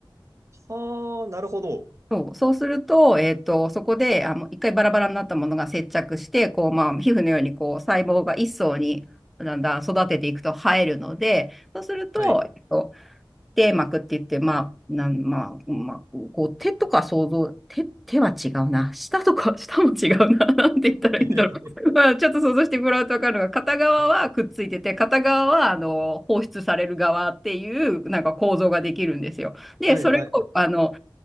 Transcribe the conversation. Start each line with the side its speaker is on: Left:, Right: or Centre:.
Right: はあ、なるほど。
Centre: そう、そうすると、えっと、そこで、あの、一回バラバラになったものが接着して、こう、まあ、皮膚のように、こう、細胞が一層に、だんだん育てていくと生えるので、そうすると、
Right: はい。
Centre: えっと、手膜って言って、まあ、なん、まあ、まあ、こう、手とか想像、手、手は違うな。舌とか、<laughs> 舌も違うな。<laughs> なんて言ったらいいんだろう。
Right: <laughs>
Centre: <laughs> まあ、ちょっと想像してもらうとわかるのが、片側はくっついてて、
Right: あ
Centre: 片側は、あの、放出される側っていう、なんか構造ができるんですよ。で、
Right: はいはい
Centre: それを、あの、